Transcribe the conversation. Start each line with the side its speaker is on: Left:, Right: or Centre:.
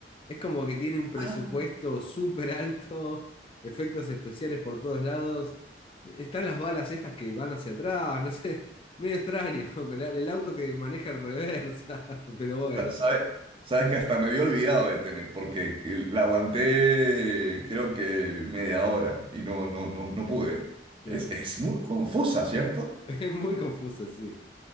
Left: Es como que tiene un presupuesto
Right: Ah,
Left: súper alto, efectos especiales por todos lados. Están las balas estas que van hacia atrás, no sé, medio extraño, <laughs> con la- el auto que maneja en reversa, <laughs> pero bueno,
Right: Sa- sabe- Sabes que hasta me había olvidado de tener, porque la aguanté creo que media hora y no, no, no, no pude.
Left: claro.
Right: Es, es
Left: <laughs>
Right: muy confusa, ¿cierto?
Left: Es muy confusa, sí,